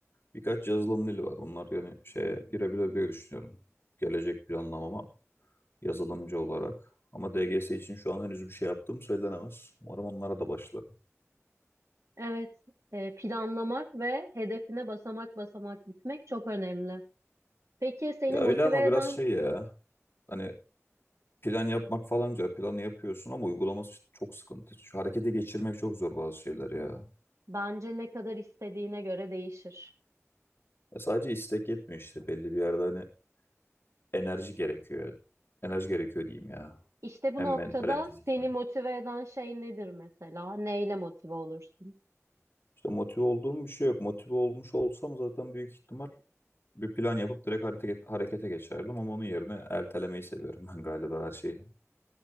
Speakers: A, on the left (about 45°); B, on the right (about 70°).
A: Birkaç yazılım dili var. Bunlar yani şeye girebilir diye düşünüyorum. Gelecek planlamama. yazılımcı olarak. Ama DGS için şu an henüz bir şey yaptığım söylenemez. Umarım onlara da başlarım.
B: Evet, e, planlamak ve hedefine basamak basamak gitmek çok önemli. Peki seni
A: Ya öyle
B: motive
A: ama biraz
B: eden
A: şey ya. Hani plan yapmak falan güzel. Planı yapıyorsun ama uygulaması çok sıkıntı. Şu harekete geçirmek çok zor bazı şeyler ya.
B: bence ne kadar istediğine göre değişir.
A: Ya sadece istek yetmiyor işte. Belli bir yerde hani enerji gerekiyor. Enerji gerekiyor diyeyim ya.
B: İşte
A: Hem
B: bu noktada
A: mental hem fiziksel.
B: seni motive eden şey nedir mesela? Neyle motive olursun?
A: İşte motive olduğum bir şey yok. Motive olmuş olsam zaten büyük ihtimal bir plan yapıp direkt hareket, harekete geçerdim ama onun yerine ertelemeyi seviyorum ben galiba her şeyi.